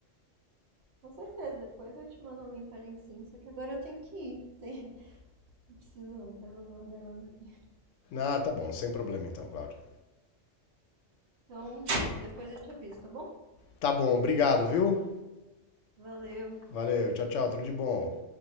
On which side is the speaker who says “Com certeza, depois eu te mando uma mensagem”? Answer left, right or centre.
Right